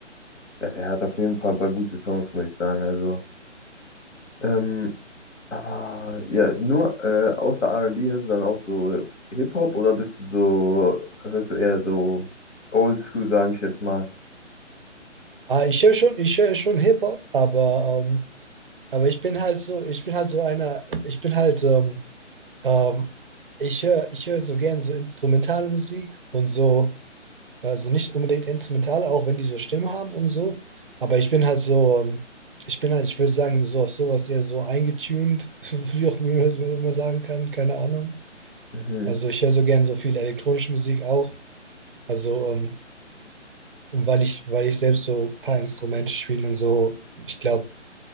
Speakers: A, on the left; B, on the right.
A: ja, der hat auf jeden Fall ein paar gute Songs, muss ich sagen. Also, ähm, Aber ja, nur äh, außer R und B hörst du dann auch so Hip-Hop oder bist du so, hörst du eher so Oldschool, sage ich jetzt mal?
B: ah, ich höre schon, ich höre schon Hip Hop, aber ähm, aber ich bin halt so, ich bin halt so einer, ich bin halt ähm, ähm, ich höre, ich höre so gern so instrumentale Musik und so Also nicht unbedingt instrumental, auch wenn die so Stimmen haben und so. Aber ich bin halt so, ähm, ich bin halt, ich würde sagen, so auf sowas eher so eingetuned, <laughs> wie auch wie man das immer sagen kann, keine Ahnung.
A: Mhm,
B: Also ich höre so gern so viel elektronische Musik auch. Also, ähm, und weil ich, weil ich selbst so ein paar Instrumente spiele und so, ich glaube,